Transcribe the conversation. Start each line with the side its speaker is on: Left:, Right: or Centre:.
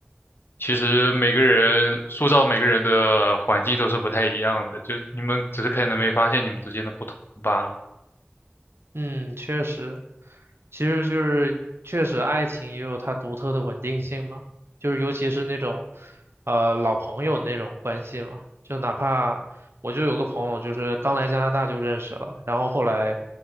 Left: 其实每个人塑造每个人的环境都是不太一样的，就你们只是可能没发现你们之间的不同罢了。
Right: 嗯，确实，其实就是确实，爱情也有它独特的稳定性嘛，就是尤其是那种，呃，老朋友那种关系嘛，就哪怕我就有个朋友，就是刚来加拿大就认识了，然后后来